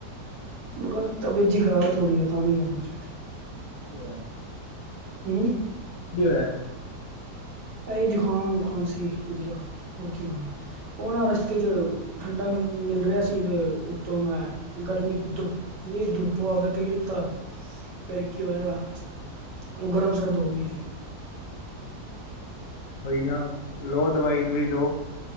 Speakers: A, on the right (about 75°); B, on the left (about 55°).
A: ਕਿਆ ਤਬਿਅਤ ਜੀ ਖਰਾਬ ਐ ਥੋੜੀ ਅੱਜ ਤਾਂ ਨਹੀਂ ਗਿਆ ਮੈ ਅੱਜ
B: ਅੱਛਾ, ਅੱਛਾ ਕੀ ਹੋਇਆ ਐ।
A: ਹੂੰ
B: ਕੀ ਹੋਇਆ ਐ।
A: ਇਹ ਜ਼ੁਕਾਮ, ਖ਼ਾਂਸੀ, ਨਜਲਾ। ਹੋਰ ਕੀ ਹੋਣਾ, ਉਹ ਨਾ ਰਸਤੇ 'ਚ ਠੰਡਾ ਗਮ ਮਿਲ ਰਿਹਾ ਸੀ ਤੇ ਉ ਤ ਮੈਂ ਗਰਮੀ ਦੁ ਨਹੀਂ ਧੁੱਪੋ ਫਿਰ ਪੀ ਲਿੱਤਾ। ਫਿਰ ਕੀ ਹੋਇਆ ਉਹ ਗਰਮ- ਸ਼ਰਦ ਹੋ ਗਈ।
B: ਬਈ ਨਾ, ਲੋ ਦਵਾਈ-ਦੁਈ ਲੋ।